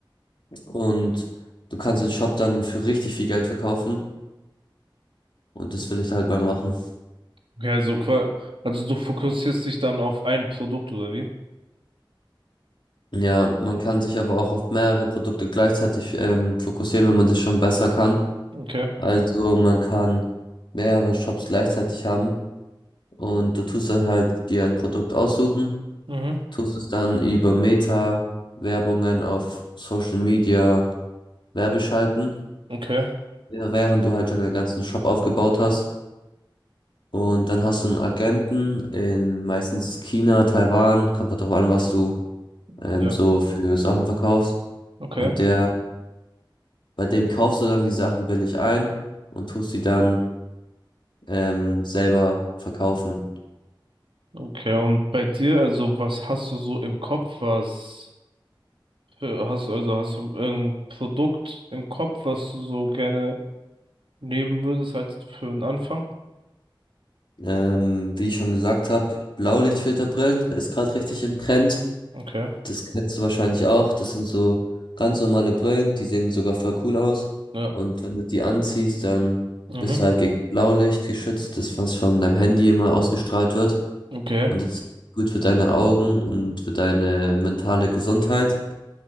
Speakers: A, on the left (about 65°); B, on the right (about 80°).
A: Und du kannst den Shop dann für richtig viel Geld verkaufen. Und das will ich halt mal machen.
B: Okay, also, qua- also du fokussierst dich dann auf ein Produkt oder wie?
A: Ja, man kann sich aber auch auf mehrere Produkte gleichzeitig ähm, fokussieren, wenn man das schon besser kann.
B: Okay.
A: Also man kann mehrere Shops gleichzeitig haben und du tust dann halt dir ein Produkt aussuchen
B: Mhm.
A: tust es dann über Meta-Werbungen auf Social Media werbeschalten,
B: Okay.
A: äh, während du halt schon deinen ganzen Shop aufgebaut hast. Und dann hast du einen Agenten in meistens China, Taiwan, kommt halt darauf an, was du ähm,
B: Ja.
A: so für Sachen verkaufst.
B: Okay.
A: Und der, bei dem kaufst du dann die Sachen billig ein und tust die dann ähm, selber verkaufen.
B: Okay. Und bei dir, also was hast du so im Kopf, was für, hast also hast du irgendein Produkt im Kopf, was du so gerne nehmen würdest als für einen Anfang?
A: Ähm, wie ich schon gesagt habe, Blaulichtfilterbrillen ist gerade richtig im Trend.
B: Okay.
A: Das kennst du wahrscheinlich auch. Das sind so ganz normale Brillen, die sehen sogar voll cool aus.
B: Ja.
A: Und wenn du die anziehst, dann
B: Mhm.
A: bist du halt gegen Blaulicht geschützt, das was von deinem Handy immer ausgestrahlt wird.
B: Okay.
A: Und das ist gut für deine Augen und für deine mentale Gesundheit.